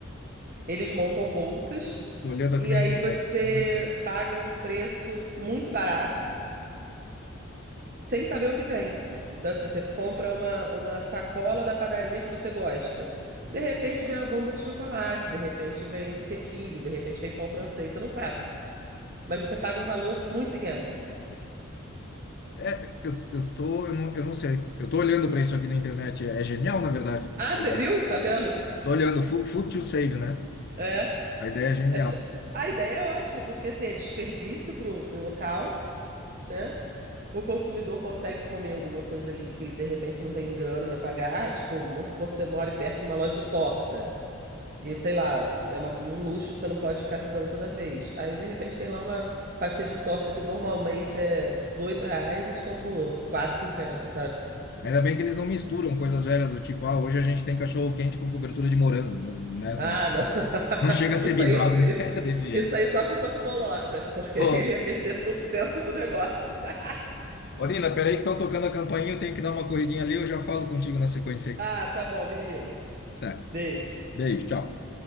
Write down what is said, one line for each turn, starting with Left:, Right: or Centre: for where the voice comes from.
Right: Eles montam bolsas
Left: Tô olhando aqui
Right: e
Left: na
Right: aí
Left: internet.
Right: você
Left: Meu Deus.
Right: paga um preço muito barato sem saber o que vem. Então, assim, você compra uma, uma sacola da padaria que você gosta. De repente vem uma bomba de chocolate, de repente vem um sequilho, de repente vem pão francês, você não sabe. Mas você paga um valor muito pequeno.
Left: É, eu, eu tô, eu não, eu não sei. Eu tô olhando pra isso aqui na internet. É, é genial, na verdade,
Right: Ah,
Left: a
Right: você
Left: ideia.
Right: viu? Tá vendo?
Left: Tô olhando, Food Food to Save, né?
Right: É.
Left: A ideia é genial.
Right: Essa... A ideia é ótima, porque assim, é desperdício pro, pro local, né? O consumidor consegue comer alguma coisa ali que ele de repente não tem grana para pagar. Tipo, vamos supor que você mora perto de uma loja de torta. E sei lá, é uma- um luxo que você não pode ficar se dando toda vez. Aí de repente tem lá uma fatia de torta que normalmente é R$ reais e eles estão por quatro R$ 4,50,
Left: Ainda bem que eles não misturam coisas velhas do tipo, ah, hoje a gente tem cachorro quente com cobertura de morango. Não, né?
Right: Ah,
Left: Não,
Right: não. <laughs>
Left: não chega a ser
Right: Isso
Left: bizarro
Right: aí,
Left: <laughs> desse,
Right: isso,
Left: desse jeito.
Right: isso aí só se fosse bolota, porque
Left: Bom,
Right: ele ia meter tudo dentro do negócio. <laughs>
Left: Orina, peraí que estão tocando a campainha, eu tenho que dar uma corridinha ali, eu já falo contigo na sequência aí.
Right: Ah, tá bom, me liga.
Left: Tá,
Right: Beijo.
Left: beijo, tchau.